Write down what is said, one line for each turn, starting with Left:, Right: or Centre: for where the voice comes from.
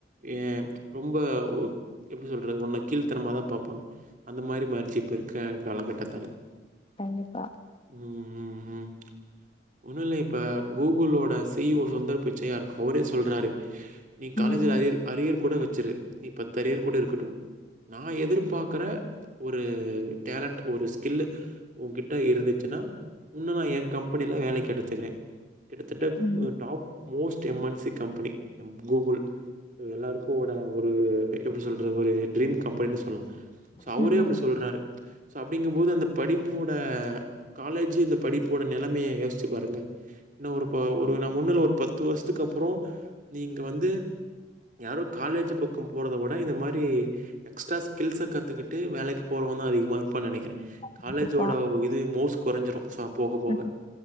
Right: ஏ ரொம்ப ஒ எப்பிடி சொல்றது ஒன்ன கீழ்த்தனமாதா பாப்பாங்க அந்த மாரி மார்ச்சு இப்பகுக்க காலகட்டத்தல
Left: கண்டிப்பா
Right: ம் ம் ம் ஒண்ணுல்ல இப்ப கூகுளோட சி இ ஓ சுந்தர் பிச்சையாருக் அவுரே சொல்றாரு நீ காலேஜ்ல
Left: ம்
Right: அயரு அரியர் கூட வச்சுரு நீ பத்து அரியர் கூட இருக்கட்டும் நா எதிர்பாக்குற ஒரு டேலண்ட் ஒரு ஸ்கில்லு ஓங்கிட்ட இருந்துச்சுனா உன்னு நா ஏங்கம்பெனில வேலைக்கெடுத்துக்கிறன் கிட்டத்தட்ட
Left: ம்
Right: top most M N C company ம் கூகுள் எல்லாருக்கு ஓட ஒரு எப்பிடி சொல்றது ஒரு ட்ரீம் கம்பெனின் சொல்லா சோ
Left: ம்
Right: அவுரே
Left: ம்
Right: அப்பிடி சொல்றாரு சோ அப்டிங்கும்போது அந்த படிப்போட காலேஜு இந்த படிப்போட நெலமையை யோசிச்சு பாருங்க இன்னு ஒரு ப ஒரு நா ஒன்னுல்ல ஒரு பத்து வருஷத்துக்கு அப்புற நீங்க வந்து யாரோ காலேஜு பக்கம் போறத விட இத மாதிரி எக்ஸ்ட்ரா ஸ்கில்ஸ கத்துக்கிட்டு வேலைக்கு போறவ தா அதிகமா இருப்பான்னு நெனைக்கிற காலேஜோட
Left: கண்டிப்பா
Right: இது மௌஸ் கொறைஞ்சிரு சோ போக போக
Left: ம்